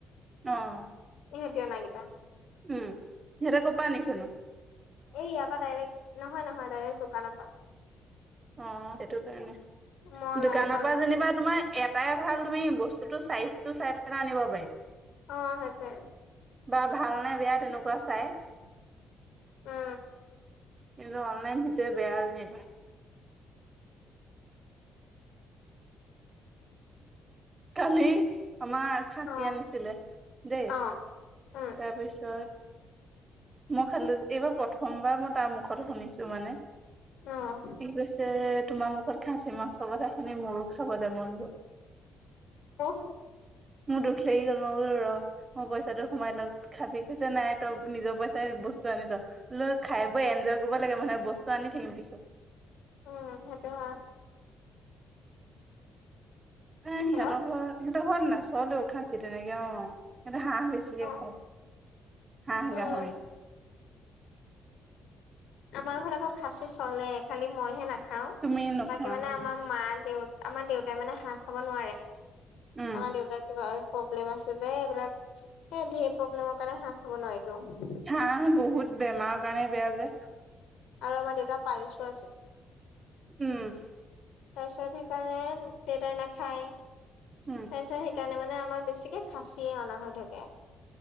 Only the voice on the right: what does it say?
অঁ।
উম সিহঁতে ক'ৰ পৰা আনিছে নো?
অ সেইটো কাৰণে,
দোকানৰ
পৰা যেনিবা তোমাৰ এ এটাই ভাল তুমি বস্তুটো চাইজটো চাই এটা আনিব পাৰি।
বা ভাল নে বেয়া তেনেকুৱা চাই।
কিন্তু অনলাইন সেইটোৱে বেয়া আৰু নেপায়। কালি আমাৰ খাচী
আনিছিলে দেই
তাৰপিছত মই খালো এইবাৰ প্ৰথমবাৰ মই তাৰ মুখত শুনিছো মানে।
কি কৈছে তোমাৰ মুখত খাচি মাংসৰ কথা শুনি মোৰো খাব যে মন গ'ল।
মোৰ দুখ লাগি গ'ল মই বোলো ৰ। মই পইচাটো সোমাই ল খাবি কৈছে নাই তই নিজৰ পইচাই বস্তু আনি ল। লৈ খাই বৈ এনজয় কৰিব লাগে মানহে বস্তু আনি থাকিম পিছত।
মানে সিহঁতৰ
ঘৰ সিহঁতৰ ঘৰত নাচলেও খাচি তেনেকে অ সিহতৰ হাঁহ বেছি বেছি কে
খাই হাঁহ,
গাহৰি।
তুমি নোখোৱা
অ
উম
হাঁহ বহুত বেমাৰৰ কাৰণে বেয়া যে।
উম।
উম